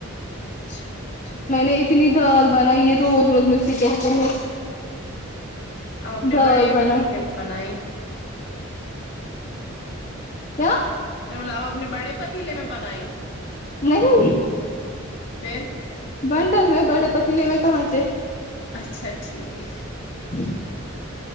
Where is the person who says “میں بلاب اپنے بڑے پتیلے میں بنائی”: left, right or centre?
Left